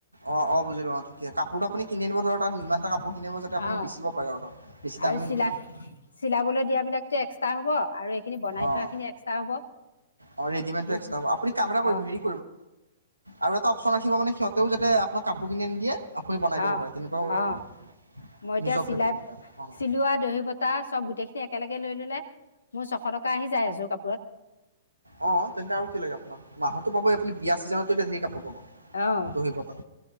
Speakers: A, on the right (about 85°); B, on the left (about 70°).
A: অ', অ' বুজিলো কাপোৰটো আপুনি কিনি আনিব ধৰ তাত ইমানটা কাপোৰ কিনিব যাতে আপুনি
B: অ
A: বেচিব পাৰে আৰু ধৰ, বেছি
B: আৰু
A: দামীও
B: চিলা
A: নিকিনিব।
B: চিলাবলৈ দিয়াবিলাকটো এক্সট্ৰা হ'ব, আৰু এইখিনি বনাই
A: অ',
B: থোৱাখিনি এক্সট্ৰা হ'ব
A: অ' ৰেডিমেডটো
B: দুইখিনি
A: এক্সট্ৰা হ'ব, আপুনি কাম এটা কৰিব
B: অঁ
A: হেৰি আৰু এটা অফচন ৰাখিব মানে সিহঁতেও যাতে আপোনাক কাপোৰ কিনি আনি দিয়ে। আপুনি বনাই দিব
B: অঁ
A: পাৰে, তেনেকুৱাও আছে
B: অঁ মই এতিয়া
A: নিজৰ
B: চিলাই
A: ফেব্ৰিক মতে অ'।
B: চিলোৱা দহি পত <unintelligible> তাৰ চব গোটেইখিনি একেলগে লৈ ল'লে মোৰ ছশ টকা আহি যায় এযোৰ কাপোৰত।
A: অ', তেন্তে আৰু কি লাগে আপোনাক? মাহতো পাবই আপুনি বিয়া ছিজনতো এতিয়া ঢেৰ কাপোৰ পাব।
B: অঁ
A: দহি বতা।